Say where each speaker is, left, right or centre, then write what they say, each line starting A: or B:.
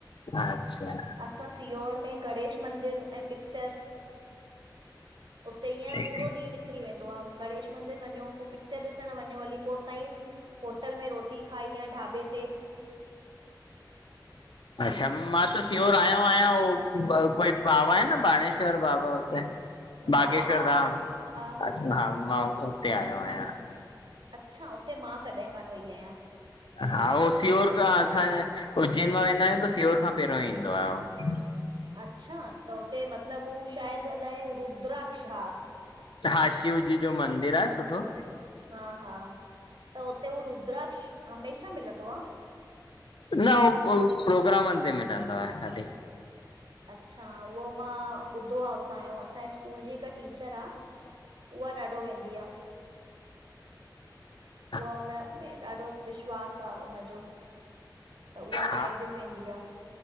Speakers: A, on the left; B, on the right.
A: अच्छा
B: असां सीओर में गणेश मंदिर ऐं पिक्चर उते ईय
A: अच्छा
B: पूरो ॾींहुं निक निकरी वेंदो आ, गणेश मंदिर वञो, पो पिक्चर ॾिसण वञो हली, पो उतांई होटल में रोटी टी खाईय ढाॿे ते
A: अच्छा, मां त सीओर आयो आयां उ ब बाबा आहिनि न बाणेश्वर बाबा बागेश्वर
B: हा हा
A: धाम,
B: हा हा
A: हा मां उते आयो आहियां।
B: अच्छा उते मां कॾहिं कानि वई आहियां।
A: हा उहो सीहोर खां असां उज्जैन मां वेंदा आहियूं त सीहोर खां पहिरियों ईंदो आ उहो।
B: अच्छा त हुते मतिलबु हू शायदि अलाए रुद्राक्ष हा
A: हा शिवजी जो मंदिर आह सुठो।
B: हा हा त उते उ रुद्राक्ष हमेशा मिलंदो आ?
A: न हू पो प्रोग्रामनि ते मिलंदो आहे खाली!
B: अच्छा उहो मां ॿुधो आहे उतां जो असांजे स्कूल जी हिकु टीचर आ उहा ॾाढो वेंदी आहे!
A: <inaudible>
B: उहा उनमें ॾाढो विश्वास आहे उनजो! त उहा
A: हा
B: आए दिन वेंदी आ।